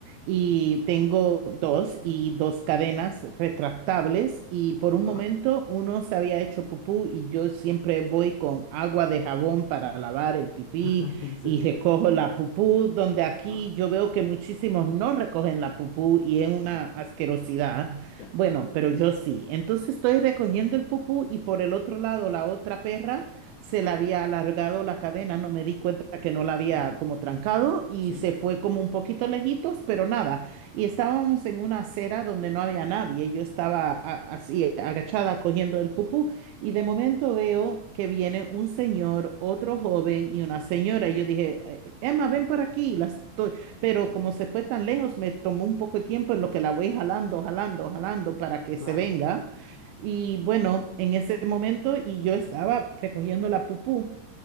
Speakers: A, on the right (about 85°); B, on the left (about 80°).
A: y tengo dos y dos cadenas retractables y por un
B: Ajá.
A: momento uno se había hecho pupú y yo siempre voy con agua de jabón para lavar el pipí
B: <laughs> En serio.
A: y recojo la pupú, donde aquí
B: Ah,
A: yo veo que muchísimos no recogen la pupú y es una
B: mm,
A: asquerosidad.
B: ya.
A: Bueno, pero yo sí. Entonces estoy recogiendo el pupú y por el otro lado la otra perra se le había alargado la cadena. No me di cuenta que no la había
B: Ujú.
A: como trancado y
B: Sí,
A: se fue como un poquito lejitos, pero nada. Y estábamos en una acera donde no había nadie. Yo estaba a- así agachada cogiendo el pupú y de momento veo que viene un señor, otro joven y una señora. Y yo dije, "Eh, Emma, ven para aquí. Las pero como se fue tan lejos, me tomó un poco de tiempo en lo que la voy jalando, jalando, jalando para que
B: claro.
A: se venga. Y bueno, en ese momento, y yo estaba recogiendo la pupú,